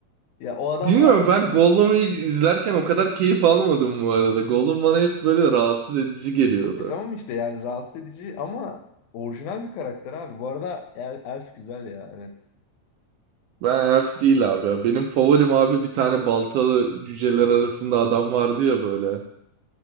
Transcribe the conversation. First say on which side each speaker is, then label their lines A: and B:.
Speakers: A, on the left; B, on the right.
A: Ya o adam
B: bilmiyorum ben Gollum'u izlerken o kadar keyif almadım bu arada. Gollum bana hep böyle rahatsız edici geliyordu.
A: E tamam işte yani rahatsız edici ama orijinal bir karakter abi. Bu arada El- Elf güzel ya evet.
B: Ben elf değil abi ya. Benim favorim abi bir tane baltalı cüceler arasında adam vardı ya böyle.